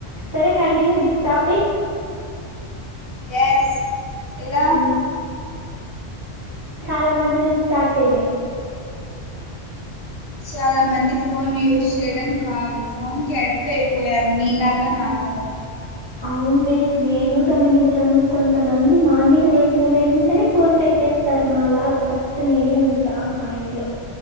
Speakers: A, on the right; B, on the left.
A: సరే కంటిన్యూ దిస్ టాపిక్
B: గ్యాస్ ఎలా
A: హ్మ్. చాలా మంది నుంచి స్టార్ట్ చెయ్యవే
B: చాలా
A: హ్మ్.
B: మంది ఫోన్ యూజ్ చేయడం కాదు ఫోన్ కి అడిక్ట్ అయిపోయారు నీలాగా నాలాగా.
A: అవునువే నేను గమనించాను కొంతమంది మార్నింగ్ లేచిన వెంటనే ఫోన్ చెక్ చేస్త్. తర్ణాలాదు ఫస్ట్ నేనే ఉంటా ఆ పాయింట్ లో